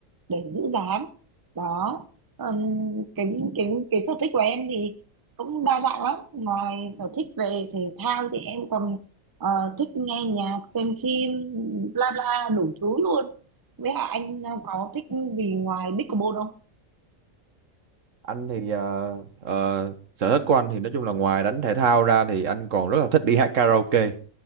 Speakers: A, on the right (about 20°); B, on the right (about 70°).
A: để giữ dáng đó Ừm, cái cái cái sở thích của em thì cũng đa dạng lắm ngoài sở thích về thể thao thì em còn ờ, thích nghe nhạc xem phim bla bla đủ thứ luôn với hả anh ờ, có thích gì ngoài pickleball không
B: anh thì ờ, ờ, sở thích của anh thì nói chung là ngoài đánh thể thao ra thì anh còn rất là thích đi hát karaoke